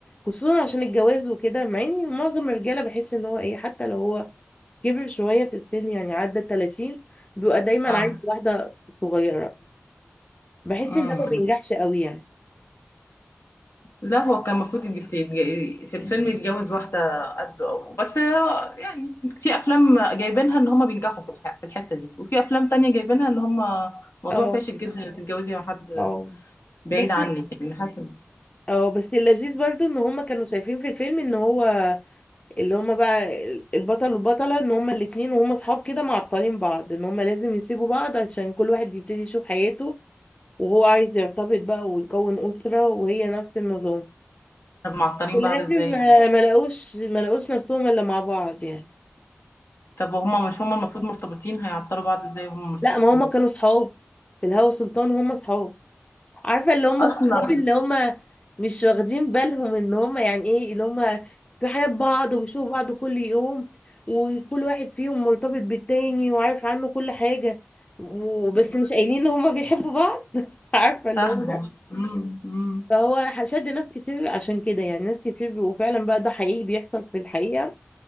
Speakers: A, on the left; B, on the left.
A: خصوصا عشان الجواز وكده مع ان معظم الرجاله بحس ان هو ايه حتى لو هو كبر شويه في السن يعني عدى 30 بيبقى دايما
B: اه
A: عايز واحده صغيره بحس
B: مم.
A: ان ده ما بينجحش قوي يعني
B: لا هو كان المفروض يت- يت- في الفيلم يتجوز واحدة قده أو بس هو يعني في أفلام جايبينها إن هما بينجحوا في الح- في الحتة دي وفي أفلام تانية جايبينها إن هما موضوع
A: اه
B: فاشل جدا إنك تتجوزي مع حد
A: اه
B: بعيد
A: بس
B: عنك يعني حسب
A: اه بس اللذيذ برضو ان هما كانوا شايفين في الفيلم ان هو اللي هما بقى البطل والبطلة ان هما الاتنين وهما صحاب كده معطلين بعض ان هما لازم يسيبوا بعض عشان كل واحد يبتدي يشوف حياته وهو عايز يرتبط بقى ويكون أسرة وهي نفس النظام
B: طب معطلين
A: في الآخر
B: بعض إزاي
A: ما
B: يعني؟
A: ما لقوش ما لقوش نفسهم إلا مع بعض يعني
B: طب وهما مش هما المفروض مرتبطين هيعطلوا بعض ازاي وهما مرتبطين
A: لا ما هما كانوا صحاب في الهوى سلطان هما صحاب عارفه اللي هم
B: اصلا
A: صحابي اللي هم مش واخدين بالهم ان هم يعني ايه اللي هم في حياة بعض وبيشوفوا بعض كل يوم وكل واحد فيهم مرتبط بالتاني وعارف عنه كل حاجة وبس
B: مم.
A: مش قايلين ان هم بيحبوا بعض <laughs> عارفه اللي
B: فاهمة
A: هو ده
B: مم. مم.
A: فهو شد ناس كتير عشان كده يعني ناس كتير وفعلا بقى ده حقيقي بيحصل في الحقيقة